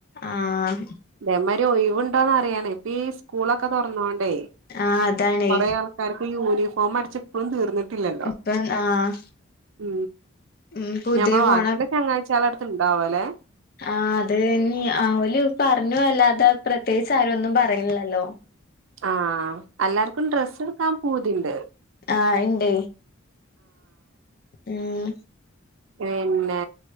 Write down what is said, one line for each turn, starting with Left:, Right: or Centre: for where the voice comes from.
Left: ആഹ്.
Right: അതേമാരി ഒഴവുണ്ടോന്ന് അറിയാനേ ഇപ്പീസ് സ്കൂളൊക്കെ തുറന്നോണ്ടേ
Left: ആഹ് അതാണേ
Right: കൊറെേ ആൾക്കാർക്ക് യൂണിഫോം അടിച്ച് ഇപ്പളും തീർന്നിട്ടില്ലല്ലോ
Left: ഇപ്പം ആഹ്
Right: ഉ
Left: ഉം പുതിയ
Right: ഞമ്മെ
Left: പോണ
Right: വാക്ക ചങ്ങായിചാളടുത്ത്ണ്ടാവല്ലെ.
Left: ആ അതിന് ഓൽ പറഞ്ഞു അല്ലാതെ പ്രത്യേകിച്ച് ആര് ഒന്നും പറയുന്നില്ലല്ലോ.
Right: ആഹ് എല്ലാർക്കും ഡ്രസ്സ് എടുക്കാൻ പുതിണ്ട്.
Left: ആഹ് ഉണ്ട് ഉം.
Right: പിന്നെ